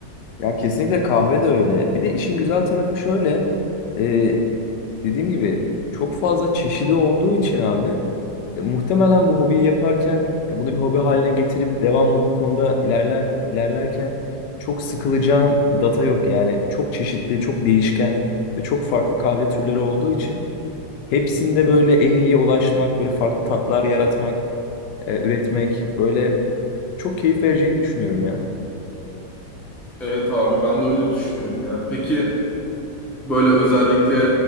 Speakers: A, on the left; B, in the centre.
A: Ya kesinlikle kahve de öyle. Bir de işin güzel tarafı şöyle. e, dediğim gibi çok fazla çeşidi olduğu için abi e, muhtemelen bu hobiyi yaparken e, bunu bir hobi haline getirip devamlı bu konuda ilerler ilerlerken çok sıkılacağın data yok. Yani çok çeşitli, çok değişken ve çok farklı kahve türleri olduğu için Hepsinde
B: Hı.
A: böyle en iyiye ulaşmak, böyle farklı tatlar yaratmak, e, üretmek böyle çok keyif vereceğini düşünüyorum ya.
B: Evet abi ben de öyle düşünüyorum ya. Peki böyle özellikle